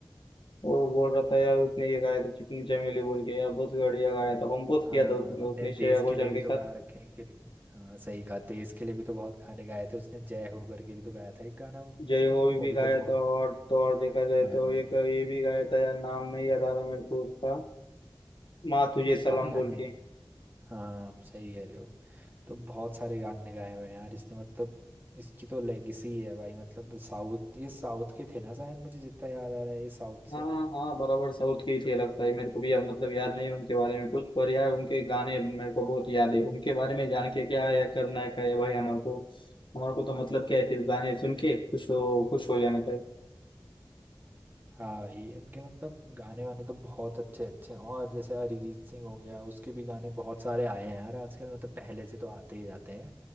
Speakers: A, on the left (about 70°); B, on the right (about 25°).
A: वो बोल रहा था यार उसने ये गाया था चिकनी चमेली बोल के यार बहुत बढ़िया गाया था कंपोज
B: हाँ
A: किया था उसने
B: उनने
A: उसने
B: देश
A: श्रेया घोषाल
B: के लिए भी
A: के
B: तो
A: साथ
B: गा रखे हैं कितने हाँ सही कहा देश के लिए भी तो बहुत गाने गाए थे उसने जय हो करके भी तो गाया था एक गाना वो
A: जय हो भी
B: वो भी
A: गाया
B: तो बहुत
A: था और तो और देखा जाए
B: हाँ
A: तो एक ये भी गाया था यार नाम नहीं याद आ रहा मेरे को उसका माँ तुझे सलाम
B: काफी गाने
A: बोल
B: हैं
A: के
B: हाँ सही कह रहे हो तो बहुत सारे गाने गाए हुए हैं यार इसने मतलब इसकी तो लेगेसी है भाई मतलब साउथ ये साउथ के थे ना शायद मुझे जितना याद आ रहा है ये साउथ से
A: हाँ हाँ बराबर साउथ के ही थे लगता है मेरे को भी यार मतलब याद नहीं है उनके बारे में कुछ पर यार उनके गाने मेरे को बहुत याद है उनके बारे में जान के क्या है करना है क्या है भाई हमारे को हमारे को तो मतलब क्या है सिर्फ गाने सुन के खुश हो खुश हो जाने का है।
B: हाँ भाई उनके मतलब गाने वाने तो बहुत अच्छे अच्छे हैं और जैसे अरिजीत सिंह हो गया उसके भी गाने बहुत सारे आए हैं यार आजकल मतलब पहले से तो आते ही जाते हैं